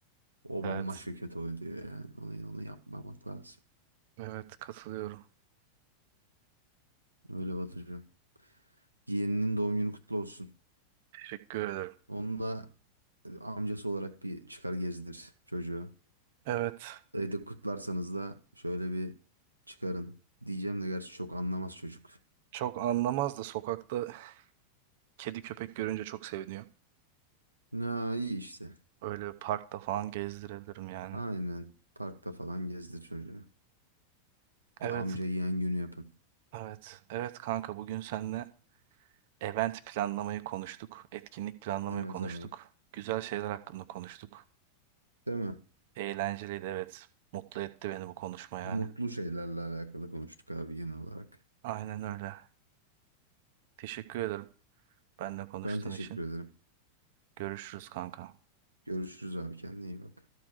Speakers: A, on the right; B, on the right.
A: O
B: Evet.
A: bambaşka kötü oynuyor yani. Onu, onu yapmamak lazım.
B: Evet katılıyorum.
A: Öyle Batucuğum. Yeğeninin doğum günü kutlu olsun.
B: Teşekkür ederim.
A: Onu da e, amcası olarak bir çıkar gezdir çocuğu.
B: Evet.
A: Evde kutlarsanız da şöyle bir çıkarın. Diyeceğim de gerçi çok anlamaz çocuk.
B: Çok anlamaz da sokakta kedi köpek görünce çok seviniyor.
A: Ya iyi işte.
B: Öyle parkta falan gezdirebilirim yani.
A: Aynen. Parkta falan gezdir çocuğu.
B: Evet,
A: Bir amca yeğen günü yapın.
B: evet, evet kanka bugün seninle event planlamayı konuştuk, etkinlik planlamayı
A: Evet
B: konuştuk,
A: abi.
B: güzel şeyler hakkında konuştuk.
A: Değil mi?
B: Eğlenceliydi evet, mutlu etti beni bu konuşma yani.
A: Mutlu şeylerle alakalı konuştuk abi genel olarak.
B: Aynen öyle. Teşekkür ederim benimle konuştuğun
A: Ben teşekkür
B: için.
A: ederim.
B: Görüşürüz kanka.
A: Görüşürüz abi kendine iyi bak.